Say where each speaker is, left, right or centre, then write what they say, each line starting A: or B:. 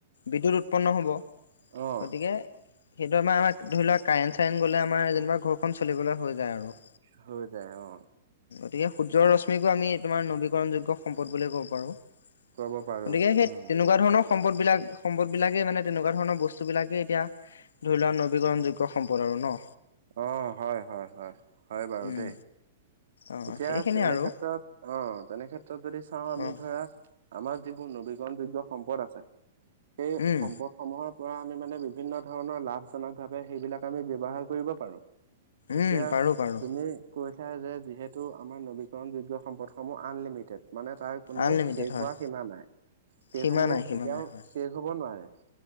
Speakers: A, on the left (about 80°); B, on the right (about 75°).
A: বিদ্যুৎ উৎপন্ন হ'ব গতিকে
B: অ',
A: সেইটো আমাৰ আমাক ধৰি লোৱা কাৰেন চাইন গ'লে আমাৰ যেনিবা ঘৰখন চলিবলৈ হৈ যায়। আৰু
B: হৈ যায়। অ
A: গতিকে সূৰ্যৰ ৰশ্মিকো আমি তোমাৰ নবীকৰণযোগ্য সম্পদ বুলি কব পাৰোঁ। গতিকে
B: ক'ব পাৰো
A: সেই
B: উম,
A: তেনেকুৱা ধৰণৰ সম্পদ বিলাক সম্পদ বিলাকে মানে তেনেকুৱা ধৰণৰ বস্তু বিলাকে এতিয়া। ধৰি লোৱা নবীকৰণযোগ্য সম্পদ আৰু ন।
B: অ', হয়, হয়, হয়, হয় বাৰু
A: উম
B: দেই।
A: অ'
B: এতিয়া
A: সেইখিনিয়ে
B: তেনেক্ষেত্ৰত,
A: আৰু
B: অ', তেনেক্ষেত্ৰত যদি চাওঁ আমি
A: অ'
B: ধৰা আমাৰ যিবোৰ নবিকৰণ যোগ্য সম্পদ আছে, সেই
A: উম
B: সম্পদ সমূহৰ পৰা আমি মানে বিভিন্ন ধৰণৰ লাভজনক ভাৱে সেইবিলাক আমি ব্যৱহাৰ কৰিব পাৰোঁ।
A: উম
B: এতিয়া
A: পাৰোঁ পাৰোঁ
B: তুমি কৈছ যে যিহেতু আমাৰ নবিকৰণ যোগ্য সম্পদসমূহ আনলিমিটেড মানে তাৰ কোনো
A: আনলিমিটেড
B: শেষ
A: হয়
B: হোৱা সীমা নাই, শেষসমূহ
A: সীমা নাই সীমা
B: কেতিয়াও
A: নাই হয়
B: শেষ হব নোৱাৰে।